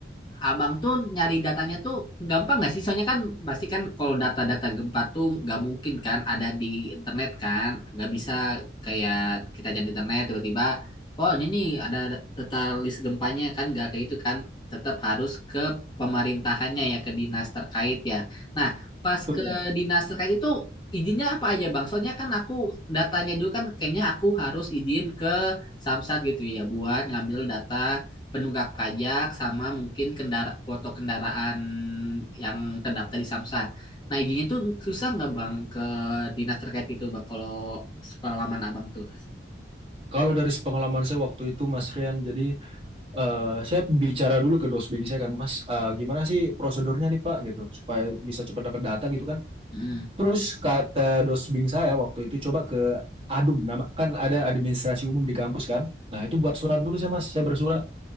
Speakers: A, on the left (about 25°); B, on the right (about 30°).
A: Abang tuh nyari datanya tuh gampang nggak sih? Soalnya kan pasti kan kalau data-data gempa tuh nggak mungkin kan ada di internet kan, nggak bisa kayak kita cari di internet tiba-tiba, oh ini nih ada data list gempanya kan nggak kayak itu kan, tetap harus ke pemerintahannya ya ke dinas terkait ya. Nah pas
B: Betul,
A: ke
B: Mas.
A: dinas terkait itu izinnya apa aja bang? Soalnya kan aku datanya dulu kan kayaknya aku harus izin ke Samsat gitu ya buat ngambil data penunggak pajak sama mungkin kendara foto kendaraan yang terdaftar di Samsat. Nah, izinnya tuh susah nggak Bang ke dinas terkait itu Bang kalau sepengalaman Abang tuh.
B: Kalau dari pengalaman saya waktu itu, Mas Rian, jadi eh, saya bicara dulu ke dosbing saya kan, Mas, eh, gimana sih prosedurnya nih Pak gitu, supaya bisa cepat dapat data gitu kan.
A: Hmm.
B: Terus kata dosbing saya waktu itu coba ke ADUM, nama kan ada administrasi umum di kampus kan. Nah itu buat surat dulu saya mas, saya bersurat.